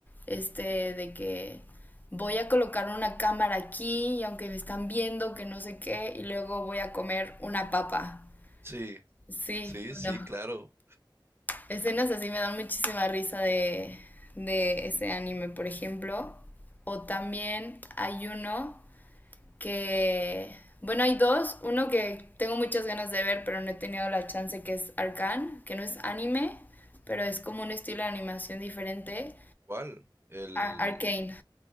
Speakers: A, on the left (about 20°); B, on the right (about 30°).
A: este de que voy a colocar una cámara aquí y aunque me están viendo que no sé qué y luego voy a comer una papa.
B: Sí,
A: Sí,
B: sí, sí,
A: no.
B: claro.
A: Escenas así me dan muchísima risa de, de ese anime, por ejemplo. O también hay uno que, bueno, hay dos, uno que tengo muchas ganas de ver, pero no he tenido la chance, que es Arcane, que no es anime, pero es como un estilo de animación diferente,
B: ¿Cuál? El,
A: Ar- Arcane,